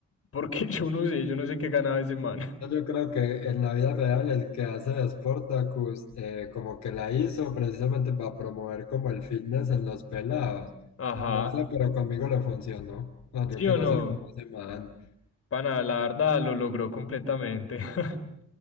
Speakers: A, on the left; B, on the left.
A: Porque <laughs> yo no sé, yo no sé qué ganaba ese man.
B: Yo yo creo que en la vida real el que hace de Sportacus eh, como que la hizo precisamente para promover como el fitness en los pelados.
A: <laughs> Ajá.
B: No sé, pero conmigo le funcionó. Ah,
A: ¿Sí
B: yo quiero
A: o no?
B: ser como ese man.
A: Pana, la verdad lo logró completamente. <laughs>